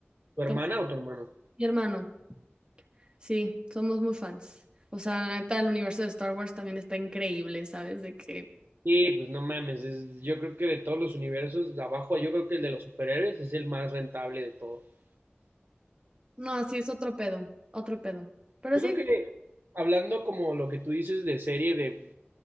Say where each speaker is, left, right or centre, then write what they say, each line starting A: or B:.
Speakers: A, on the right; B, on the right.
A: ¿Tu hermana
B: Tom-
A: o tu hermano?
B: Mi hermano, sí, somos muy fans. O sea, la neta, el universo de Star Wars también está increíble, ¿sabes? De que.
A: Sí, pues no mames. es- yo creo que de todos los universos, de abajo, yo creo que el de los superhéroes es el más rentable de todos.
B: No, sí, es otro pedo, otro pedo. Pero
A: Yo
B: sí,
A: creo que hablando como lo que tú dices de serie de,